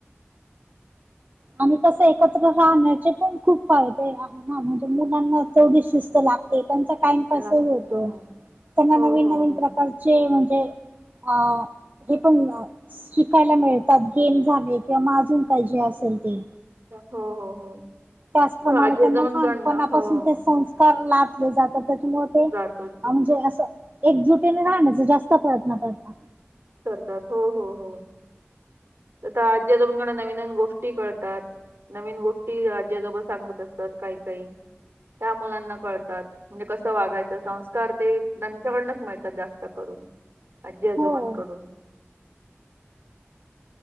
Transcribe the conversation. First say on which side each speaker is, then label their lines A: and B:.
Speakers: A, on the right (about 40°); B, on the right (about 60°).
A: आणि कस एकत्र राहण्याचे पण खूप फायदे आहे ना म्हणजे मुलांना तेवढी शिस्त लाग ते त्यांचा टाइमपासही
B: लागते
A: होतो.
B: हा
A: त्यांना
B: हो
A: नवीन
B: हो
A: नवीन
B: हो हो
A: प्रकारचे म्हणजे अ हे पण शिकायला मिळतात. गेम झाले किंवा माजून काही जे असेल ते.
B: हो. हो. हो.
A: त्याचप्रमाणे
B: असं आजी
A: त्यांना
B: आजोबांकडन
A: लहानपणापासून
B: हो
A: ते संस्का कार लाटले जातात त्याच्यामुळे ते
B: जातच
A: म्हणजे असं एकजुटीने राहण्याचा जास्त प्रयत्न करतात.
B: करतात. हो हो हो आता आजी आजोबांनकडून नवीन नवीन गोष्टी कळतात. नवीन गोष्टी आजी-आजोबा सांगत असतात काही काही त्या मुलांना कळतात. म्हणजे कसं वागायचं संस्कार ते त्यांच्याकडनच मिळतात जास्त करून. आजी आजोबांकडून.
A: हो